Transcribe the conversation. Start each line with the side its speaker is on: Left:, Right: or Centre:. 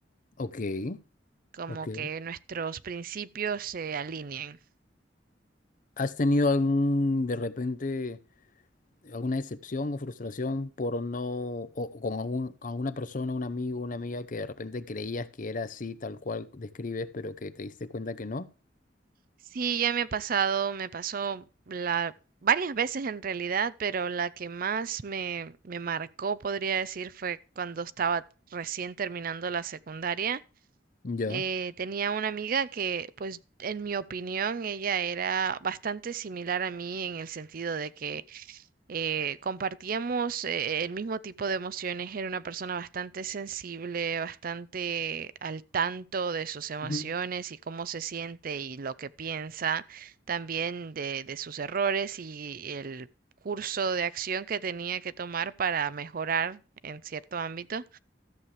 Left: Ok,
Right: como
Left: ok.
Right: que nuestros principios se alineen.
Left: ¿Has tenido algún, de repente... alguna decepción o frustración por no, o con algún, con alguna persona, un amigo, una amiga que de repente creías que era así, tal cual describes, pero que te diste cuenta que no.
Right: Sí, ya me ha pasado, me pasó la, varias veces en realidad, pero la que más me, me marcó, podría decir, fue cuando estaba recién terminando la secundaria.
Left: Ya.
Right: Eh, tenía una amiga que, pues, en mi opinión, ella era bastante similar a mí en el sentido de que eh, compartíamos eh, el mismo tipo de emociones. Era una persona bastante sensible, bastante al tanto de sus emociones
Left: Ujú,
Right: y cómo se siente y lo que piensa, también de, de sus errores y el curso de acción que tenía que tomar para mejorar en cierto ámbito.